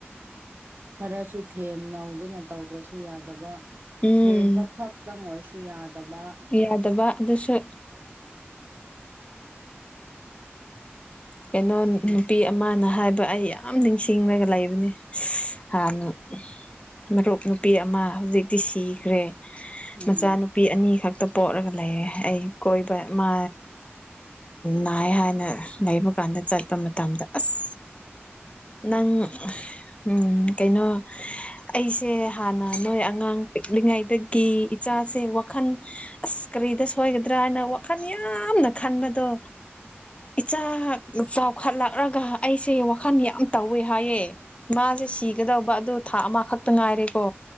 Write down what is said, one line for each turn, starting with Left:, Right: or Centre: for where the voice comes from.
Right: ꯈꯔꯥꯁꯨ ꯊꯦꯝ ꯅꯧꯗꯥꯅ ꯇꯧꯗ꯭ꯔꯁꯨ ꯌꯥꯗꯕ
Left: ꯎꯝ
Right: ꯊꯦꯝꯕ ꯈꯛ ꯇꯪ ꯑꯣꯏꯔꯁꯨ ꯌꯥꯗꯕ
Left: ꯌꯥꯗꯕ ꯑꯗꯨꯁꯨ ꯀꯩꯅꯣ
Right: ꯎꯝ
Left: ꯅꯨꯄꯤ ꯃꯥꯅ ꯍꯥꯏꯕ ꯑꯩ ꯌꯥꯝ ꯅꯤꯡꯁꯤꯡꯂꯒ ꯂꯩꯕꯅꯦ ꯍꯥꯟꯅ ꯃꯔꯨꯞ ꯅꯨꯄꯤ ꯑꯃ ꯍꯧꯖꯤꯛꯇꯤ ꯁꯤꯈ꯭ꯔꯦ
Right: ꯎꯝ
Left: ꯃꯆꯥꯅꯨ ꯅꯨꯄꯤ ꯑꯅꯤ ꯈꯛꯇ ꯄꯣꯛꯂꯥꯒ ꯂꯩꯔꯦ ꯑꯩ ꯀꯣꯏꯕ ꯃꯥ ꯅꯥꯏ ꯍꯥꯏꯅ ꯂꯩꯕ ꯀꯥꯟꯗ ꯆꯠꯄ ꯃꯇꯝꯗ ꯑꯁ ꯅꯪ ꯎꯝ ꯀꯩꯅꯣ ꯑꯩꯁꯦ ꯍꯥꯟꯅ ꯅꯣꯏ ꯑꯉꯥꯡ ꯄꯤꯛꯂꯤꯉꯩꯗꯒꯤ ꯆꯥꯁꯦ ꯋꯥꯈꯜ ꯑꯁ ꯀ꯭ꯔꯤꯗ ꯁꯣꯏꯒꯗ꯭ꯔꯥꯅ ꯋꯥꯈꯜ ꯌꯥꯝꯅ ꯈꯟꯕꯥꯗꯣ ꯏꯆꯥ ꯆꯥꯎꯈꯠꯂꯛꯂꯥꯒ ꯑꯩꯁꯦ ꯋꯥꯈꯜ ꯌꯥꯝ ꯇꯧꯋꯦ ꯍꯥꯏꯌꯦ ꯃꯥꯁꯦ ꯁꯤꯒꯗꯧꯕ ꯑꯗꯨ ꯊꯥ ꯑꯃꯈꯛꯇ ꯉꯥꯏꯔꯦꯀꯣ